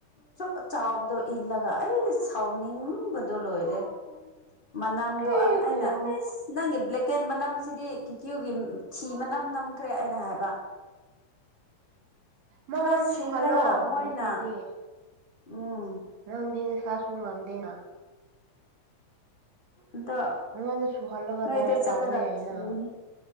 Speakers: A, on the left; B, on the right.
A: ꯆꯨꯞ ꯆꯥꯎꯕꯗꯣ ꯏꯜꯂꯒ ꯑꯩꯗꯤ ꯁꯥꯎꯅꯤꯡꯕꯗꯣ ꯂꯣꯏꯔꯦ ꯃꯅꯝꯗꯣ
B: ꯑꯦ
A: ꯑꯩꯅ
B: ꯀꯌꯥꯃꯨꯛ
A: ꯑꯩꯁ ꯅꯪꯒꯤ ꯕ꯭ꯂꯦꯛꯀꯦꯠ ꯃꯅꯝꯁꯤꯗꯤ ꯀꯤꯀ꯭ꯌꯨꯒꯤ ꯊꯤ ꯃꯅꯝ ꯅꯝꯈ꯭ꯔꯦ ꯑꯩꯅ ꯍꯥꯏꯕ
B: ꯃꯉꯣꯟꯅ
A: ꯈꯔ ꯁꯤꯜꯂꯒ
B: ꯁꯨꯍꯜꯂꯣ
A: ꯃꯣꯏꯅ
B: ꯂꯩꯀꯦꯗꯤ
A: ꯎꯝ
B: ꯅꯪꯗꯤ ꯅꯁꯥꯁꯨ ꯉꯝꯗꯦꯅꯥ
A: ꯑꯗꯣ
B: ꯅꯪꯉꯣꯟꯗ ꯁꯨꯍꯜꯂꯒ
A: ꯉꯩꯗ
B: ꯗ꯭ꯔꯥꯏ
A: ꯆꯠꯂꯒ
B: ꯇꯧꯕ ꯌꯥꯏꯅ
A: ꯁꯨꯅꯤ